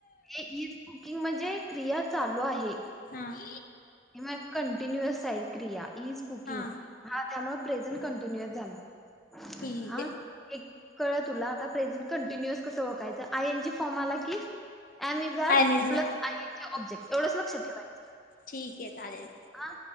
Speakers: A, in the centre; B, on the left.
A: हे ईज कुकिंग म्हणजे क्रिया चालू आहे.
B: हां.
A: हे मग कंटिन्युअस साईड क्रिया इज कुकिंग,
B: हा
A: हा त्यामुळे प्रेझंट कंटिन्युअस झाला.
B: ठीक
A: हां.
B: आहे
A: एक कळल तुला आता प्रेझेंट कंटिन्युअस कसं ओळखयचं, आय एन जी फॉर्म आला की एम एज आर
B: आणि
A: plus I N G object एवढच लक्षात ठेवायचं.
B: ठीक ये चालेल.
A: हा